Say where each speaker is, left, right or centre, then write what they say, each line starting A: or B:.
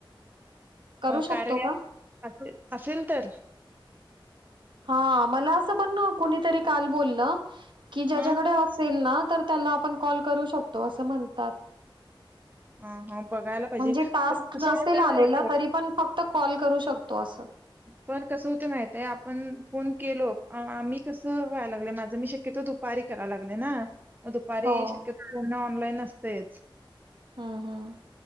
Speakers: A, on the right; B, on the right.
A: करू शकतो
B: कार्या
A: का?
B: ॲप असेल तर
A: हा मला असं पण कुणीतरी काल बोलल कि ज्याच्याकडे
B: हं
A: असेल ना तर त्याला आपण कॉल करू शकतो अस म्हणतात
B: ह हा बघायला पाहिजे
A: म्हणजे टास्क
B: कसे
A: नसेल
B: येत
A: आलेला
B: येत
A: तरी पण फक्त कॉल करू शकतो असे
B: पण कसं होते माहित आहे आपण फोन केलो आम्ही कसं व्हायला लागलं माझं मी शक्यतो दुपारी करायला लागल ना दुपारी
A: हो.
B: शक्यता को ऑनलाईन नसतेच
A: हम् हम्